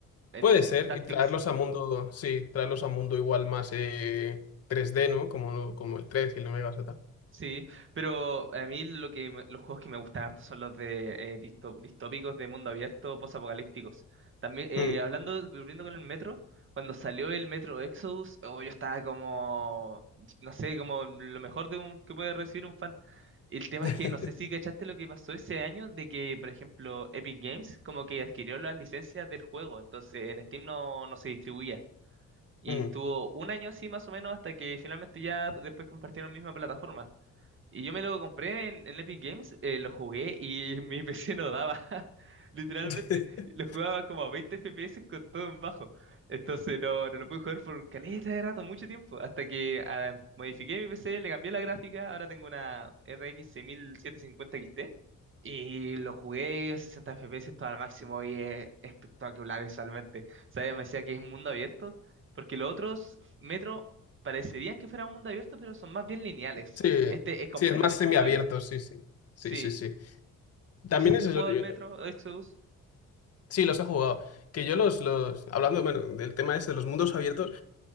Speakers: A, on the right (about 40°); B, on the left (about 50°).
A: en
B: Puede ser.
A: Tactics
B: Y traerlos a mundo, sí, traerlos a mundo igual más eh, 3D, ¿no? Como, como el 3 y el 9 Megas y tal.
A: Sí, pero a mí lo que me- los juegos que me gustan harto son los de eh, disto- distópicos de mundo abierto, posapocalípticos. También eh,
B: Mm.
A: hablando, volviendo con el Metro, cuando salió el Metro Exodus, oh, yo estaba como, no sé, como lo mejor de un que puede recibir un fan. El tema
B: <laughs>
A: es que no sé si cachaste lo que pasó ese año de que, por ejemplo, Epic Games como que adquirió las licencias del juego, entonces en Steam no, no se distribuía. Y
B: Mm.
A: estuvo un año así más o menos hasta que finalmente ya después compartieron misma plataforma. Y yo me lo compré en, en Epic Games, eh, lo jugué y <laughs> mi PC no daba. <laughs> Literalmente,
B: <laughs>
A: lo jugaba como a 20 FPS con todo en bajo. Entonces no, no lo pude jugar por caleta de rato, mucho tiempo. Hasta que ah, modifiqué mi PC, le cambié la gráfica. Ahora tengo una RX 6750 XT. Y lo jugué a 60 FPS todo al máximo y es espectacular visualmente. ¿Sabes? Me decía que es un mundo abierto. Porque los otros Metro parecerían que fuera un mundo abierto, pero son más bien lineales.
B: Sí,
A: Este es completamente
B: sí, es más semiabierto,
A: mundo abierto.
B: sí, sí. Sí,
A: Sí.
B: sí, sí. También
A: No sé si
B: es
A: he jugado
B: eso. yo-
A: al Metro Exodus.
B: sí, los he jugado. Que yo los, los, hablando, bueno, del tema ese de los mundos abiertos